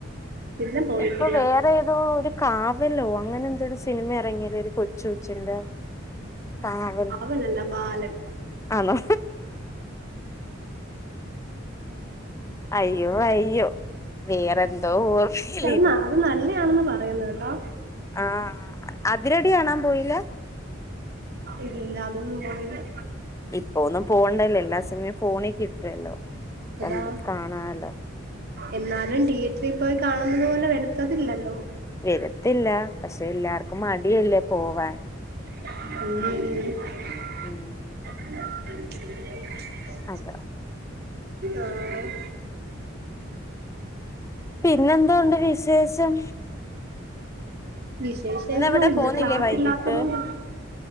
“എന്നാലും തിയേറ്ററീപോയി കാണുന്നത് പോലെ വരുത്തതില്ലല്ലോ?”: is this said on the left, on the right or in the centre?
Right